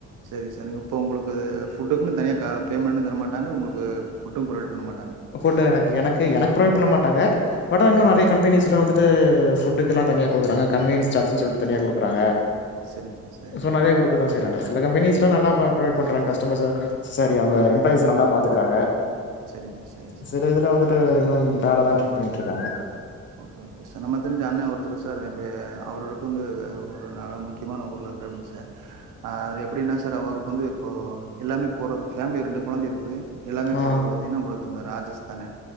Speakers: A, on the right; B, on the left.
A: சரிங்க சார் நீங்க இப்ப உங்களுக்கு ஃபுட்டுக்குன்னு தனியா ஆ பேமெண்ட்டு தர மாட்டாங்க உங்களுக்கு அ ஃபுட்டும் புறவைட் பண்ண மாட்
B: ஃபுட் எனக்கு எனக்கு எனக்கு பரொவைட் பண்ண மாட்டாங்க பட் அ இன்னு
A: சரிங்க
B: நறைய
A: சார்
B: கம்பெனிஸ்ல வந்துட்டுட் ஃபுட் இதுக்கு எல்லாம் தனியா குடுக்றாங்க கன்வேன்ஸ் சார்ஜரு னு சொல்லி தனியா கொடுக்ராங்க
A: சரிங்க சார் சரிங்க
B: சோ
A: சார்
B: நிறைய குடுக்கதா செய்றாங்க சில கம்பெனிஸ் ளா நல்லா ப்ரொவைட் பண்றாங்க கஸ்டமர்ஸ் சாரி அவங்க
A: ஆ
B: எம்ப்ளாயிஸ நல்லா பாத்துக்கறாங்க
A: சரிங்க சார் சரிங்க சார்
B: சில இதுல வந்து த்த இன்னு பேடா தா ட்ரீட் பண்ணிட்டு இருக்காங்க
A: ஓகே ஓகே சார் நம்ம தெரிஞ்ச அண்ணன் சார் இப்போ அவர்களுக்கு வந்து ஒரு நல்லா முக்கியமான ஊர்ல இருக்கிறவங் சார் ஆ அது எப்படின்னா சார் ஒருக் இப்போ வந்து இப்போ எல்லாமே போரது ஃபேமிலி ரெண்டு கொழந்த இருக்குது எல்லாமே
B: ஆ
A: போறது பார்த்தீன்னா உங்களுக்கு அந்த ராஜஸ்தானு